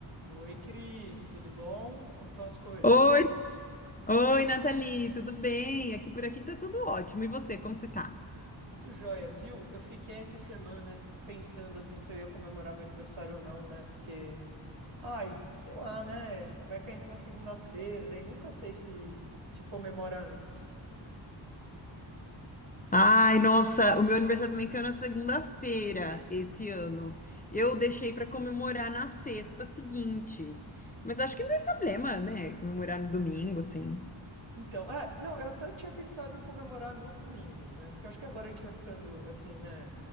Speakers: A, on the right; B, on the left.
A: Oi, Cris, tudo bom? Como estão as coisas?
B: Oi, oi, Nathalie, tudo bem? Aqui por aqui tá tudo ótimo. E você, como você tá?
A: Tudo jóia, viu? Eu fiquei essa semana pensando assim se eu ia comemorar meu aniversário ou não, né? Porque, ai, sei lá, né? Vai cair numa segunda-feira, daí nunca sei se se comemora antes.
B: Ai, nossa, o meu aniversário também caiu na segunda-feira esse ano. Eu deixei pra comemorar na sexta seguinte. Mas acho que não tem problema, né? Comemorar no domingo, assim.
A: Então, ah, não, eu até tinha pensado em comemorar no domingo, né? Porque acho que agora a gente vai ficando assim, né?